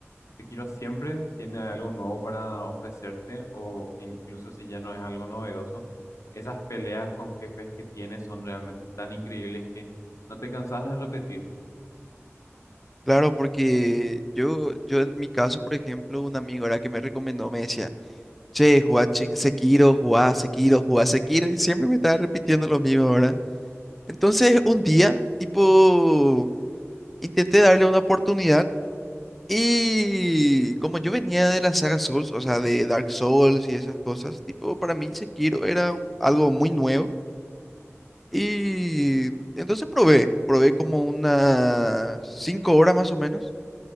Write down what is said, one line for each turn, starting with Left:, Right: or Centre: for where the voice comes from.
Left: Sekiro siempre tiene algo nuevo para ofrecerte o que incluso si ya no es algo novedoso, esas peleas con jefes que tiene son realmente tan increíbles que no te cansas de repetir.
Centre: Claro, porque yo, yo en mi caso, por ejemplo, un amigo era que me recomendó, me decía, che, jugá Che- Sekiro, jugá Sekiro, jugá Sekiro, y siempre me estaba repitiendo lo mismo, ¿verdad? Entonces, un día, tipo, intenté darle una oportunidad y como yo venía de la saga Souls, o sea, de Dark Souls y esas cosas, tipo, para mí Sekiro era un- algo muy nuevo y entonces probé, probé como unas cinco horas más o menos.